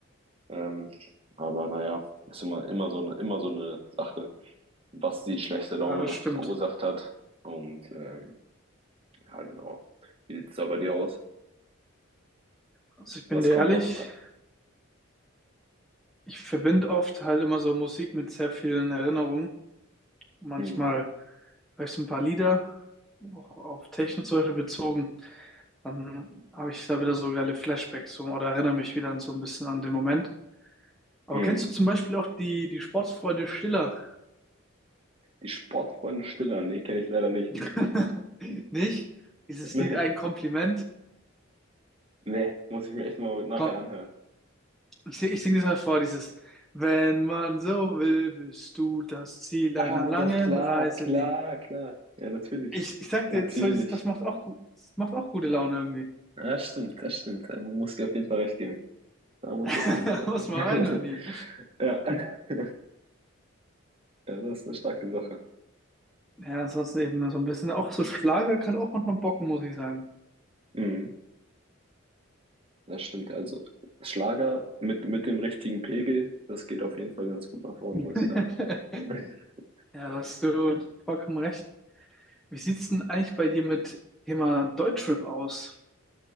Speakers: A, on the right; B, in the centre.
A: Ähm, aber naja, ist immer, immer so eine, immer so eine Sache, was die schlechte Laune
B: Ja, das stimmt.
A: verursacht hat. Und ähm, ja, genau. Wie sieht's da bei dir aus?
B: Also ich
A: Was
B: bin dir
A: kommt
B: ehrlich,
A: noch? Ah,
B: ich verbinde oft halt immer so Musik mit sehr vielen Erinnerungen. Manchmal
A: Hm,
B: höre ich so ein paar Lieder, auch auf Techno zum Beispiel bezogen. Dann habe ich da wieder so geile Flashbacks so, oder erinnere mich wieder an so ein bisschen an den Moment. Aber
A: hm.
B: kennst du zum Beispiel auch die, die Sportsfreunde Stiller?
A: Die Sportfreunde Stiller, nee, kenne ich leider nicht.
B: <laughs> Nicht? Dieses
A: <laughs> Nee,
B: Lied ein Kompliment.
A: nee, muss ich mir echt mal nachher
B: Komm,
A: anhören.
B: ich sing, ich sing das mal vor, dieses Wenn man so will, bist du das Ziel
A: Ah,
B: einer langen
A: doch, klar,
B: Reise,
A: klar,
B: die.
A: klar. Ja, natürlich.
B: Ich, ich sag
A: Natürlich.
B: dir jetzt, so ist es- das macht auch gut, das macht auch gute Laune irgendwie.
A: Ja, stimmt, das stimmt. Da muss ich auf jeden Fall recht geben. Da muss
B: <laughs>
A: ich auf jeden Fall recht
B: Muss
A: geben.
B: mal reinhören hier.
A: <laughs> Ja. <laughs> Ja, das ist eine starke Sache.
B: Ja, ansonsten eben so ein bisschen, auch so Schlager kann auch manchmal bocken, muss ich sagen.
A: Mhm. Das stimmt. Also Schlager mit, mit dem richtigen Pegel, das geht auf jeden Fall ganz gut nach vorne,
B: <laughs>
A: muss ich sagen. <laughs>
B: Ja, da hast du vollkommen recht. Wie sieht's denn eigentlich bei dir mit Thema Deutschrap aus?